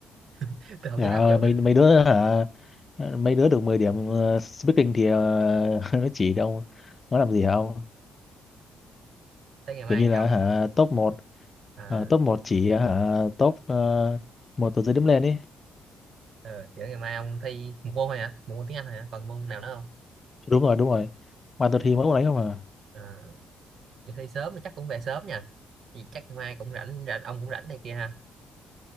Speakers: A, on the right; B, on the left.
A: <laughs> tôi không
B: trời
A: dám áp
B: ơi
A: dụng
B: mấy mấy đứa hả mấy đứa được 10 điểm ờ, speaking thì ờ, <laughs> nó chỉ đâu nó làm gì hả ông
A: tới ngày mai
B: kiểu như là
A: ông
B: hả top 1
A: à
B: top một chỉ hả top uh, một từ dưới điểm lên ấy
A: ừ, kiểu ngày mai ông thi một môn thôi hả một môn tiếng Anh thôi hả còn môn nào nữa không
B: đúng rồi đúng rồi mai tôi thi mỗi một đấy không à
A: à, vậy thi sớm thì chắc cũng về sớm nha thì chắc ngày mai cũng rảnh rảnh ông cũng rảnh này kia ha